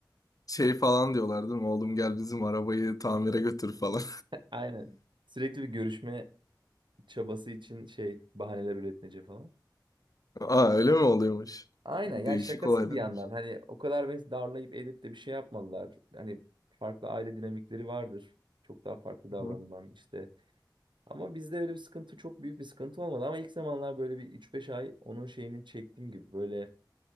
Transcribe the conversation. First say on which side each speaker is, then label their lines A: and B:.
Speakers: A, on the left; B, on the right.
A: Şey falan diyorlar değil mi? Oğlum gel bizim arabayı tamire götür falan.
B: Aynen. Sürekli bir görüşme çabası için şey bahaneler üretmece falan.
A: <laughs> Aa öyle mi oluyormuş?
B: Aynen
A: Değişik
B: yani şakasız
A: olaylarmış.
B: bir yandan hani o kadar ve darlayıp edip de bir şey yapmadılar. Hani farklı aile dinamikleri vardır. Çok daha farklı davranılan
A: Hı.
B: işte. Ama bizde öyle bir sıkıntı çok büyük bir sıkıntı olmadı. Ama ilk zamanlar böyle bir üç beş ay onun şeyini çektiğim gibi böyle